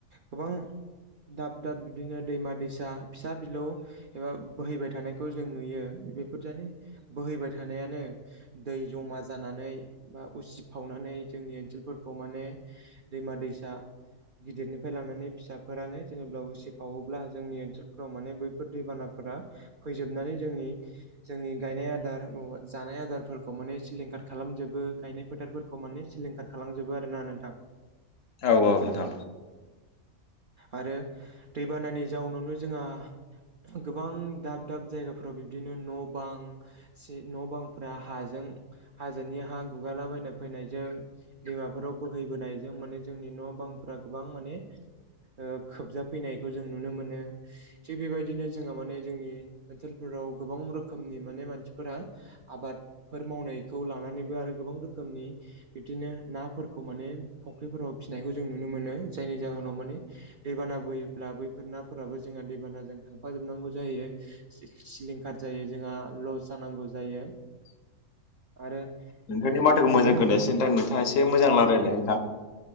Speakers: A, on the right (about 70°); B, on the left (about 70°).
A: गोबां दाब दाब बिदिनो दैमा दैसा फिसा बिलौ एबा बोहैबाय थानायखौ जों नुयो बेफोरजोंनो बोहैबाय थानायानो दै जमा जानानै बा उसिफावनानै जोंनि ओनसोलफोरखौ माने दैमा दैसा गिदिरनिफ्राय लानानै फिसाफोरानो जेनेबब्ला उसिफावोब्ला जोंनि ओनसोलफोराव माने बैफोर दैबाना फोरा फैजोबनानै जोंनि जोंनि गायनाय आदार जानाय आदारफोरखौ माने सिलिंखा खार खालामजोबो गायनाय फोथारफोरखौ माने सिलिंखार खालामजोबो आरोना नोंथां
B: औ नोंथां।
A: आरो दैबानानि जाउनावनो जोंहा गोबां दाब दाब जायगाफोराव बिब्दिनो न' बां न' बांफोरा हाजों ओम हाजोनि हा गुगालाबायना फैनायजों दैमाफोराव बोहैबोनायजों माने जोंनि न' बांफ्रा गोबां माने ओ खोबजाफैनायखौ जों नुनो मोनो थिग बेबायदिनो जोंहा माने जोंनि ओनसोलफोर राव गोबां रोखोमनि माने मानसिफोरा आबादफोर मावनायखौ लानानैबो आरो गोबां रोखोमनि बिबदिनो नाफोरखौ माने फुख्रिफोराव फिसिनायखौ जों नुनो मोनो जायनि जाउ उनाव माने दैबाना बोयोब्ला बैफोर नाफोराबो जोंहा दैबानाजों थांफा जोबनांगौ जायो सिलिंखार जायो जोंहा लस जानांगौ जायो
B: <inaudible>
A: आरो
B: नोंथांनि माथोखौ मोजां
A: बेल'
B: खोनायासै
A: नङा
B: नोंथां नोंथाङा एसे मोजां लारायलाय नोंथां